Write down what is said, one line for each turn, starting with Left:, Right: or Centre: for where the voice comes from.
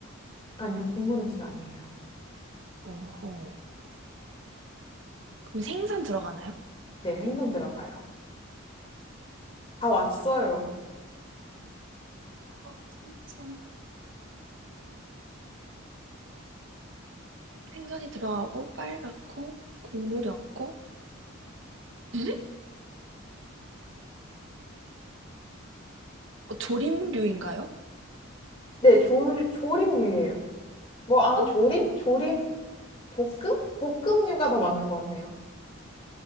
Left: 아니요, 국물 음식 아니에요.
Right: 오호. 그럼 생선 들어가나요?
Left: 네, 생선 들어가요. 다 왔어요.
Right: 어, 생선. 생선이 들어가고, 빨갛고, 국물이 없고, 에? 어, 조림류인가요?
Left: 네, 조, 조림류예요. 뭐, 아,
Right: 어?
Left: 조림? 조림? 볶음? 볶음류가 더 맞는 것 같네요.